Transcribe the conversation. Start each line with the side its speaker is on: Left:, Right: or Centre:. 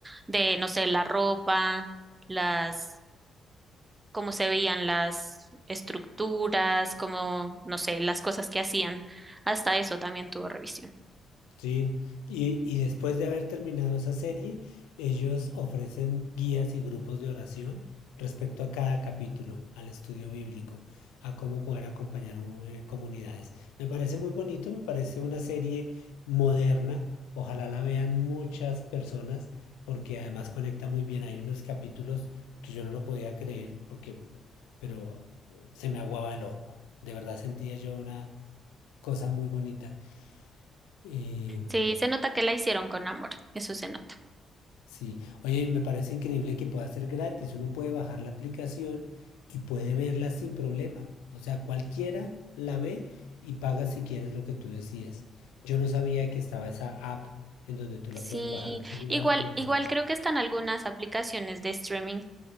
Right: de, no sé, la ropa, las, cómo se veían las estructuras, cómo, no sé, las cosas que hacían, hasta eso también tuvo revisión.
Left: Sí, y, y después de haber terminado esa serie, ellos ofrecen guías y grupos de oración respecto a cada capítulo, al estudio bíblico, a cómo poder acompañar eh, comunidades. Me parece muy bonito, me parece una serie moderna, ojalá la vean muchas personas, porque además conecta muy bien. Hay unos capítulos que yo no lo podía creer, porque, pero se me aguaba el ojo. De verdad sentía yo una cosa muy bonita. Eh,
Right: Sí, se nota que la hicieron con amor, eso se nota.
Left: Sí, oye, me parece increíble que pueda ser gratis. Uno puede bajar la aplicación y puede verla sin problema. O sea, cualquiera la ve y paga si quieres lo que tú decías. Yo no sabía que estaba esa app en donde tú la
Right: Sí,
Left: puedes bajar al celular
Right: igual,
Left: y la
Right: igual
Left: puedes ver.
Right: creo que están algunas aplicaciones de streaming